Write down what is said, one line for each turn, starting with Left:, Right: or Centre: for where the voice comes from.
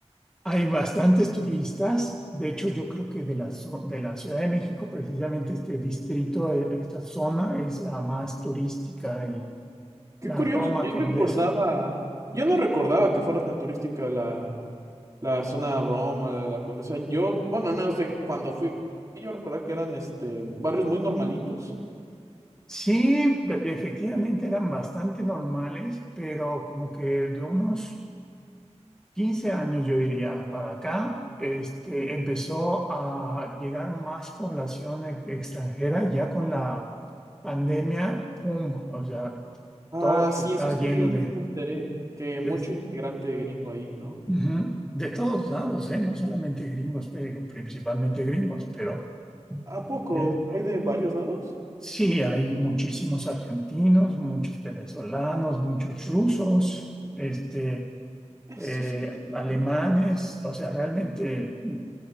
Centre: Hay bastantes turistas. De hecho, yo creo que de la, zo- de la Ciudad de México, precisamente este distrito, eh, esta zona es la más turística, el-
Right: Qué
Centre: la
Right: curioso,
Centre: Roma
Right: yo
Centre: Condesa.
Right: recordaba, yo no recordaba que fuera tan turística la, la zona de Roma, la, la Condesa. Yo, bueno, al menos de cuando fui, yo recordaba que eran este barrios muy normalitos.
Centre: Sí, be- efectivamente eran bastante normales, pero como que de unos 15 años, yo diría, para acá, este, empezó a llegar más población e- extranjera ya con la pandemia, ¡pum! O sea,
Right: Ah,
Centre: todo
Right: sí,
Centre: está
Right: eso sí,
Centre: lleno de,
Right: sí me enteré, que mucho
Centre: de,
Right: integrante gringo ahí, ¿no?
Centre: Ujú. De todos lados, ¿eh? No solamente gringos, pero principalmente gringos, pero
Right: ¿A
Centre: efectivamente,
Right: poco? ¿Hay de varios lados?
Centre: sí, hay muchísimos argentinos, muchos venezolanos, muchos rusos, este
Right: Eso
Centre: eh,
Right: sí, mira
Centre: alemanes,
Right: qué curioso.
Centre: o sea, realmente mm,